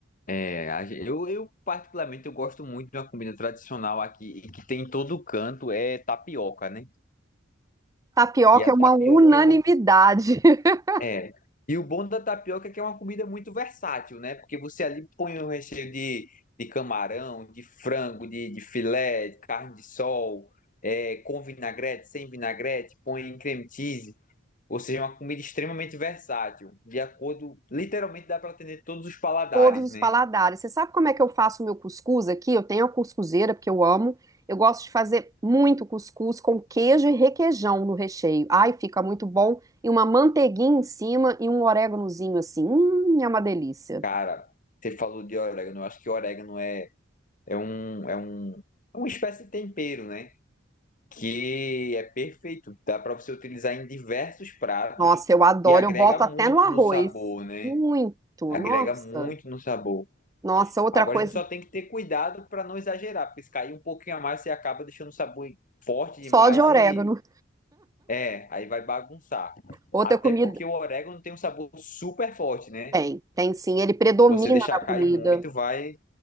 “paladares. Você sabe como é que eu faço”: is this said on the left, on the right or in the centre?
Right